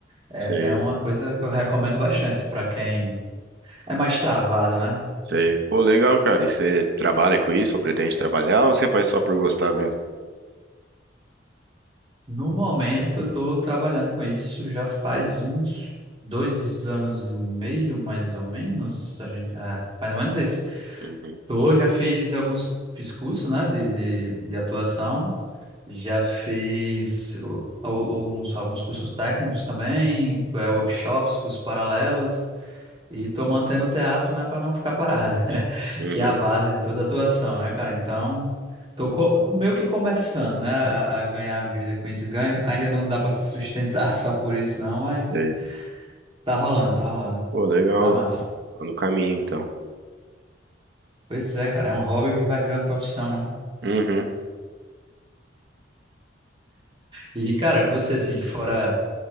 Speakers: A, on the right (about 30°); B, on the right (about 65°).
A: É,
B: Sei.
A: é uma coisa que eu recomendo bastante para quem é mais travado, né?
B: Sei. Pô, legal, cara. E você trabalha com isso ou pretende trabalhar ou você faz só por gostar mesmo?
A: No momento, eu tô trabalhando com isso já faz
B: Uhum,
A: uns dois anos e meio, mais ou menos. A gente, é, mais ou menos isso.
B: uhum,
A: Eu já fiz alguns, fiz curso, né, de, de, de atuação. Já fiz o- o- uns, alguns cursos técnicos também, é, workshops, cursos paralelos. E tô mantendo o teatro, né, para não ficar parado, <laughs>
B: uhum.
A: que é a base de toda atuação, né, cara? Então, tô co- meio que começando, né, a, a ganhar a vida com isso. Ganho, ainda não dá para se sustentar <laughs> só por isso, não, mas
B: Sei.
A: tá rolando, tá rolando,
B: Pô, legal.
A: tá massa.
B: Tá no caminho, então.
A: Pois é, cara, é um hobby que vai virando profissão, né?
B: Uhum.
A: E, cara, você, assim, fora